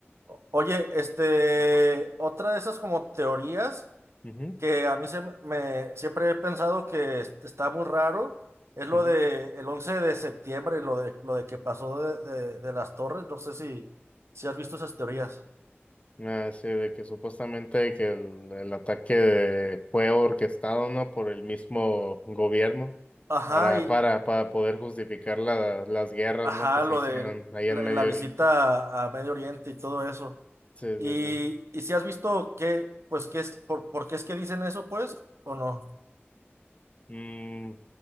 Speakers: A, on the right; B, on the left.
A: Oye, este,
B: Ajá.
A: otra de esas como teorías.
B: Ujú,
A: que a mí se me, me- siempre he pensado que est- está muy raro, es lo
B: ujú.
A: de el 11 de septiembre, lo de, lo de que pasó de, de- de las torres, no sé si, si has visto esas teorías.
B: Ah, sí, de que supuestamente que el, el ataque de- fue orquestado, ¿no? por el mismo gobierno
A: Ajá,
B: para,
A: y
B: para, para poder justificar la- las guerras,
A: ajá,
B: ¿no? que se
A: lo
B: hicieron
A: de
B: ahí
A: la,
B: en Medio
A: la visita
B: Oriente.
A: a, a Medio Oriente y todo eso.
B: Sí,
A: Y,
B: sí, sí.
A: y si has visto que, pues, qué es, por, por qué es que dicen eso, pues, o no.
B: Mm,